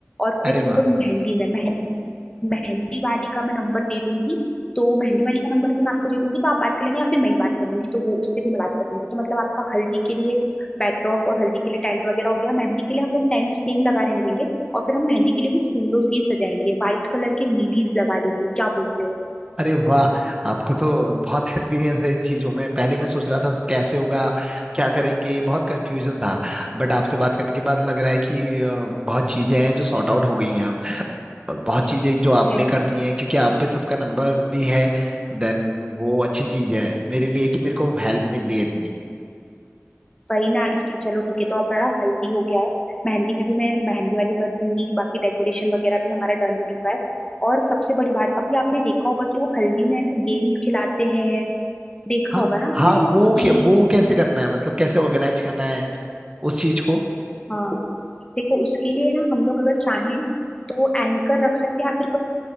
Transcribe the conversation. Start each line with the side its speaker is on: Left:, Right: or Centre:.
Left: और फिर
Right: अरे वाह
Left: हम लोग मेहंदी में मेहंदी मेहंदी वाली का मैं नंबर दे दूंगी तो मेहंदी वाली का नंबर भी मैं आपको दे दूंगी तो आप बात कर लेना या फिर मैं ही बात कर लूंगी तो वो उससे भी मैं बात कर दूंगी तो मतलब आपका हल्दी के लिए बैकड्रॉप और हल्दी के लिए टेंट वगैरह हो गया मेहंदी के लिए हम लोग टेंट सेम लगा रहने देंगे और फिर हम मेहंदी के लिए भी फूलों से ही सजाएंगे व्हाइट कलर के नीलीज लगा लेंगे क्या बोलते हो
Right: अरे वाह आपको तो बहुत एक्सपीरियंस है इन चीजों में पहले मैं सोच रहा था कैसे होगा क्या करेंगे बहुत कंफ्यूजन था बट आपसे बात करने के बाद लग रहा है कि अ, बहुत चीजें हैं जो सॉर्ट आउट हो गई हैं अब बहुत चीजें जो आपने
Left: है
Right: कर दी हैं क्योंकि आप पे सबका नंबर भी है तो देन वो अच्छी चीज है मेरे लिए कि मेरे को हेल्प मिल रही है इतनी
Left: वही ना इसलिए चलो ठीक है तो हमारा हल्दी हो गया है मेहंदी में भी मैं मेहंदी वाली कर दूंगी बाकी डेकोरेशन वगैरह भी हमारा डन हो चुका है और सबसे बड़ी बात अभी आपने देखा होगा कि वो हल्दी में ऐसे गेम्स खिलाते हैं देखा
Right: हाँ
Left: होगा ना आपने
Right: हाँ वो
Left: कि
Right: क्या वो कैसे करना है मतलब कैसे ऑर्गेनाइज करना है उस चीज को
Left: हाँ देखो उसके लिए ना हम लोग अगर चाहें तो एंकर रख सकते हैं या फिर कोई